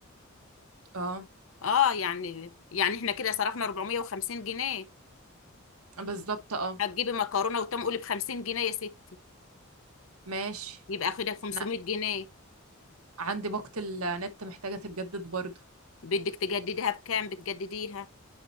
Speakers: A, on the right; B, on the left.
A: اه
B: اه يعني يعني احنا كده صرفنا 450 جنيه
A: بالظبط اه
B: هتجيبي مكرونة وتوم قولي ب 50 جنيه يا ستي
A: ماشي
B: يبقى كده 500
A: انا
B: جنيه
A: عندي باقة النت محتاجة تتجدد برضو
B: بدك تجدديها بكام بتجدديها